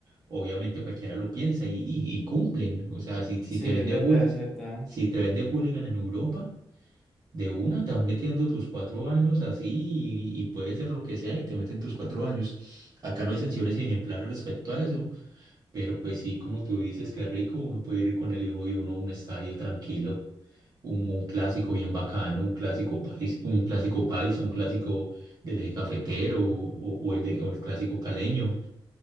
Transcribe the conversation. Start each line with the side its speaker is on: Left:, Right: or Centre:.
Right: Obviamente cualquiera lo piensa y, y- y cumplen. O sea, si, si
Centre: Sí,
Right: te
Centre: es
Right: vende
Centre: verdad,
Right: hool-
Centre: es
Right: si,
Centre: verdad.
Right: si te vende hooligan en Europa, de una estás metiendo tus cuatro años así y, y puede ser lo que sea y te meten tus cuatro años. Acá no hay sanciones ejemplares respecto a eso. Pero pues sí, como tú dices, qué rico, uno puede ir con el hijo y uno a un estadio tranquilo, un, un clásico bien bacano, un clásico país, un clásico paisa, un clásico del eje cafetero o, o el de, o el clásico caleño.